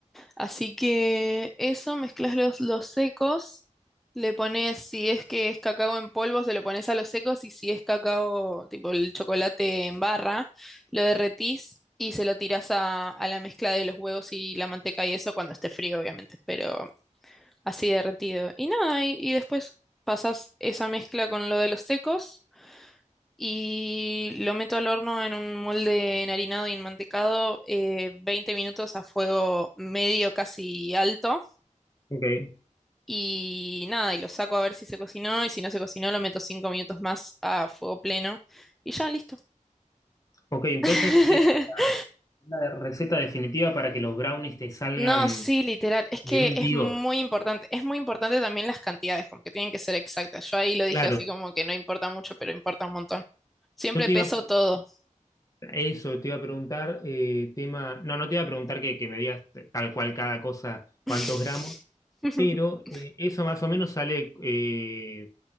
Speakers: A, in the centre; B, on the left (about 25°).
A: Así que eso, mezclas los, los secos, le pones, si es que es cacao en polvo, se lo pones a los secos y si es cacao, tipo el chocolate en barra, lo derretís y se lo tirás a, a la mezcla de los huevos y la manteca y eso cuando esté frío, obviamente, pero así derretido. Y nada, y, y después pasas esa mezcla con lo de los secos. Y lo meto al horno en un molde enharinado y enmantecado eh, 20 minutos a fuego medio casi alto.
B: Ok.
A: Y nada, y lo saco a ver si se cocinó y si no se cocinó lo meto cinco minutos más a fuego pleno y ya listo.
B: Ok, entonces
A: <laughs>
B: es la, la receta definitiva para que los brownies te salgan
A: No, sí, literal, es que
B: nivel
A: es
B: Dios.
A: muy importante, es muy importante también las cantidades, como que tienen que ser exactas. Yo ahí lo dije
B: Claro.
A: así como que no importa mucho, pero importa un montón. Siempre
B: Yo te
A: peso
B: iba
A: todo.
B: Eso te iba a preguntar, eh, tema, no, no te iba a preguntar que, que me digas tal cual cada cosa, cuántos
A: <laughs>
B: gramos, pero eh, eso más o menos sale eh,